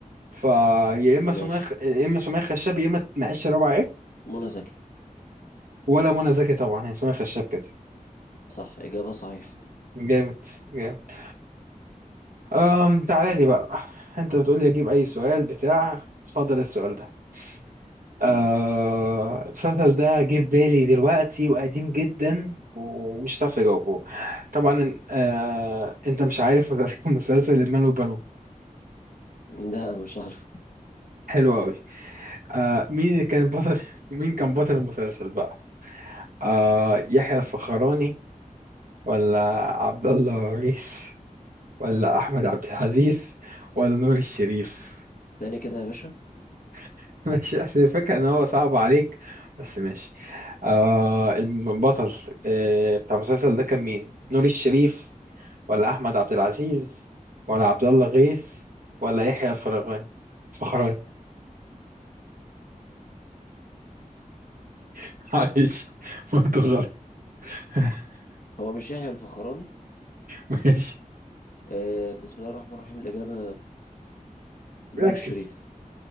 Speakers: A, on the right (about 75°); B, on the left (about 75°).
A: فيا اما سمية
B: ماشي
A: خ- يا اما سمية خشاب يا اما معيش رابعة إيه؟
B: منى زكي
A: ولا منى زكي طبعا هي سمية خشاب كده
B: صح إجابة صحيحة
A: جامد جامد أم تعالى لي بقى انت بتقول لي اجيب اي سؤال بتاع اتفضل السؤال ده أه
B: امم
A: المسلسل ده جه في بالي دلوقتي وقديم جدا ومش هتعرف تجاوبه طبعا أه انت مش عارف <laughs> مسلسل المال والبنون
B: لا مش عارف
A: حلو قوي أه مين اللي كان بطل <laughs> مين كان بطل المسلسل بقى أه يحيى الفخراني ولا عبد الله غيث ولا احمد عبد العزيز ولا نور الشريف
B: تاني كده يا باشا
A: <laughs> ماشي احسن الفكره ان هو صعب عليك بس ماشي آه البطل آه بتاع المسلسل ده كان مين نور الشريف ولا احمد عبد العزيز ولا عبد الله غيث ولا يحيى الفرغاني فخراني <laughs> معلش قلت غلط <laughs>
B: هو مش يحيى الفخراني
A: ماشي
B: آه بسم الله الرحمن الرحيم الإجابة نور
A: ركز
B: الشريف